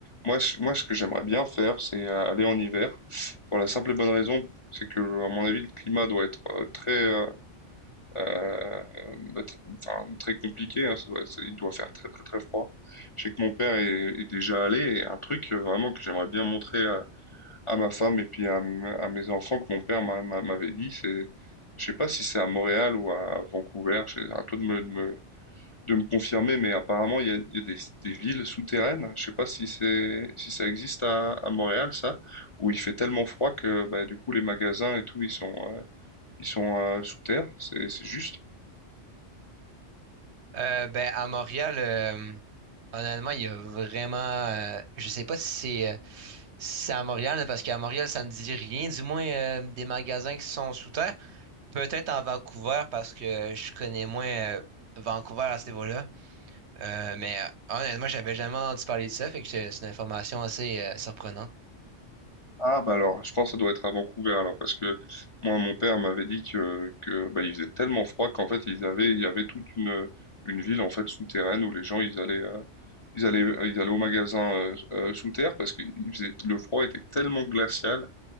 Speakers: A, on the left; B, on the right.
A: Moi, ce- moi, ce que j'aimerais bien faire, c'est euh, aller en hiver. Pour la simple et bonne raison, c'est que, à mon avis, le climat doit être euh, très, euh, euh, bah, tr- enfin, très compliqué. hein. Ça doit, ça- il doit faire très, très, très froid. Je sais que mon père est, est déjà allé. Et un truc euh, vraiment que j'aimerais bien montrer. euh, à ma femme et puis à, m- à mes enfants que mon père m'a- m'a- m'avait dit. C'est, je sais pas si c'est à Montréal ou à Vancouver. je- À toi de me, de me, de me confirmer, mais apparemment il y a, il y a des, des villes souterraines. Je sais pas si c'est, si ça existe à, à Montréal, ça, où il fait tellement froid que bah, du coup les magasins et tout ils sont, euh, ils sont euh, sous terre. C'est, c'est juste.
B: Euh, ben à Montréal, euh, honnêtement il y a vraiment, euh, je sais pas si c'est euh, si c'est à Montréal, parce qu'à Montréal, ça ne dit rien, du moins euh, des magasins qui sont sous terre. Peut-être en Vancouver parce que je connais moins euh, Vancouver à ce niveau-là. Euh, mais euh, honnêtement, j'avais jamais entendu parler de ça, fait que c'est c'est une information assez euh, surprenante.
A: Ah bah alors, je pense que ça doit être à Vancouver alors, parce que moi mon père m'avait dit que, que bah, il faisait tellement froid qu'en fait ils avaient il y avait toute une une ville en fait souterraine où les gens ils allaient euh, ils allaient ils allaient au magasin euh, euh, sous terre parce que il faisait- le froid était tellement glacial